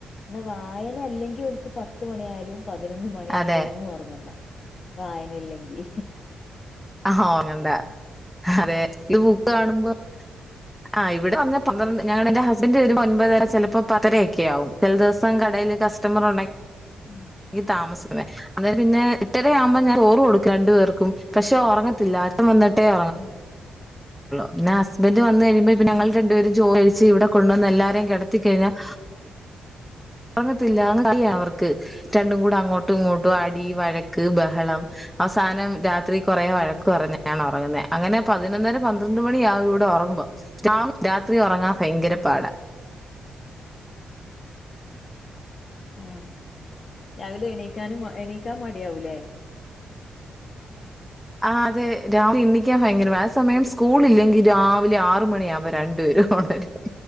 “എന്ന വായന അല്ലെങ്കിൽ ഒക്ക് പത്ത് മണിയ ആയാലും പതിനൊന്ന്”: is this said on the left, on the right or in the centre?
Left